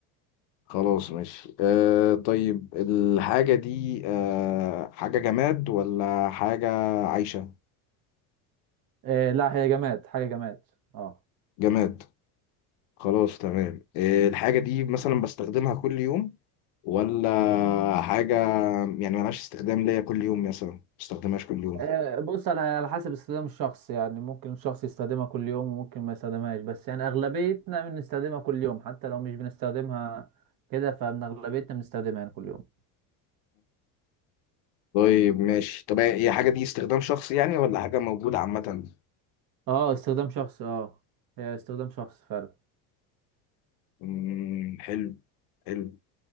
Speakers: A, on the left; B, on the right.
A: خلاص ماشي آه طيب الحاجة دي آه حاجة جماد ولا حاجة عايشة؟
B: إيه لا هي جماد حاجة جماد اه
A: جماد خلاص تمام آه الحاجة دي مثلا بستخدمها كل يوم ولا حاجة يعني ملهاش استخدام ليا كل يوم مثلا ما بستخدمهاش كل يوم
B: آه، بص على على حسب استخدام الشخص يعني ممكن شخص يستخدمها كل يوم وممكن ما يستخدمهاش بس يعني أغلبيتنا بنستخدمها كل يوم حتى لو مش بنستخدمها كده فمن أغلبيتنا بنستخدمها يعني كل يوم
A: طيب ماشي طب هي هي حاجة دي استخدام شخصي يعني ولا حاجة موجودة عامة؟
B: اه استخدام شخص اه هي استخدام شخص فعلا
A: مم، حلو حلو